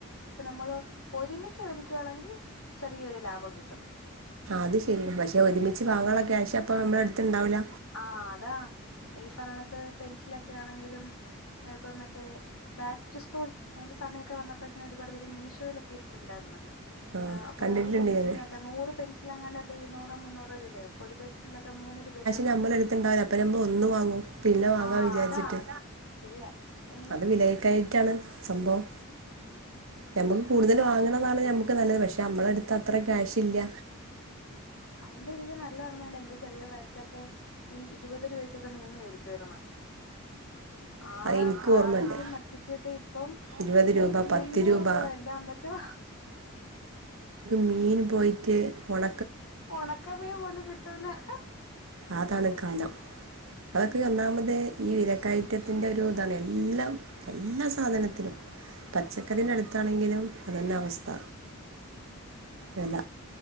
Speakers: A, on the left; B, on the right.
A: ഒക്കെ നമ്മള് ഒരുമിച്ച് മേടിക്കവായാണെങ്കിൽ ചെറിയൊരു ലാഭം കിട്ടും.
B: അത് ശരിയാ പക്ഷെ ഒരുമിച്ച് വാങ്ങള ക്യാഷ് അപ്പൊ നമ്മടെ അടുത്തിണ്ടാവില്ല.
A: ആ അതാ ഈ പറണക്ക് പെൻസിലൊക്കെ ആണെങ്കിലും ഇപ്പം മറ്റേ ബാക്ക് ടു സ്കൂൾ അതിന്റെ സമയൊക്കെ വന്നപ്പോഴത്തന് ഒരുപാട് പേര് മീഷോയിലൊക്കെ ഇട്ടിട്ടുണ്ടായിരുന്നേ.
B: ആ
A: അപ്പൊ
B: കണ്ടിട്ടുണ്ട്
A: ഒരു പെൻസിലിനൊക്കെ
B: ഞാൻ
A: നൂറ് പെൻസൽ അങ്ങാണ്ട് എ ഇരുന്നൂറ് മുന്നൂറ് രൂപയ ഒരു പെൻസിൽനൊക്കെ മൂന്ന് രൂപ്
B: നമ്മളെട്ത്ണ്ടാവൂല അപ്പൊ നമ്മൾ ഒന്ന് വാങ്ങും പിന്ന വാങ്ങാ
A: ആഹ്
B: വിചാരിച്ചിട്ട്
A: അതാ ശരിയാ ഈ
B: അത് വില <unintelligible> ണ് സംഭവം ഞമ്മക്ക് കൂടുതൽ
A: അങ്ങനെ
B: വാങ്ങണതാണ് ഞമ്മക്ക് നല്ലെ പക്ഷെ നമ്മലട്ത് അത്ര ക്യാശില്ല.
A: പണ്ട് എനിക്ക് നല്ല ഓർമ്മ ഒണ്ടാര്ന്ന് എന്റെ ചെറിയ പ്രായത്തിലൊക്കെ ഈ ഇരുപത് രൂപക്കൊക്കെ മീൻ മേടിക്കുവാര്ന്ന്. ആ
B: അത് എനിക്ക്
A: ചാളക്കും
B: ഓർമ്മയുണ്ട്
A: മത്തിക്കൊക്കെ ഇപ്പം
B: ഇരുപത്
A: കിലോയ്ക്ക്
B: രൂപ
A: മുന്നൂറുവ
B: പത്ത് രൂപ
A: എൻ്റെമ്മച്ചോ.
B: മീന് പോയിറ്റ് ഒണ
A: ഒണക്കമീൻ പോലും കിട്ടൂല ഹ്ആ.
B: ആതാണ് കാലം. അതക്കെ
A: ഉം
B: ഒന്നാമത് ഈ വില കയറ്റത്തിന്റെ ഒരു ഇതാണ് എല്ലാം എല്ലാ സാധനത്തിനും പച്ചക്കറീന്റെ അടുത്താണെങ്കിലും അതന്നെ അവസ്ഥ
A: ഉം
B: വെല